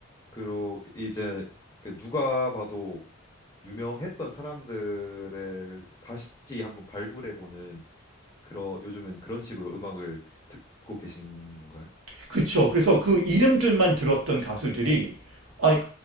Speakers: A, on the left; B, on the right.
A: 그러 이제 그 누가 봐도 유명했던 사람들을 다시 한번 발굴해 보는 그런 요즘엔 그런 식으로 음악을 듣고 계신 건가요?
B: 그쵸. 그래서 그 이름들만 들었던 가수들이 아,